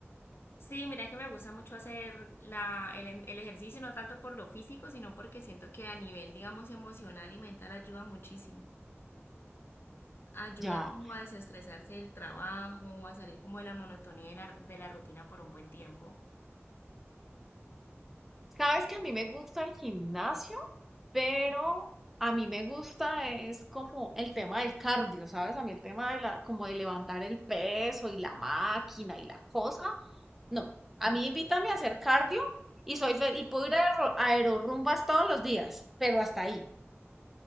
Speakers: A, on the left; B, in the centre.
A: Sí, mira que me gusta mucho hacer la, el, en- el ejercicio, no tanto por lo físico, sino porque siento que a nivel, digamos, emocional y mental ayuda muchísimo. Ayuda
B: Ya.
A: como a desestresarse del trabajo, a salir como de la monotonía de la, de la rutina por un buen tiempo.
B: Sabes que a mí me gusta el gimnasio, pero a mí me gusta es como el tema del cardio, ¿sabes? A mí el tema de la, como de levantar el peso y la máquina y la cosa. No, a mí invítame a hacer cardio y soy fe- y puedo ir a aero- aerorrumbas todos los días, pero hasta ahí.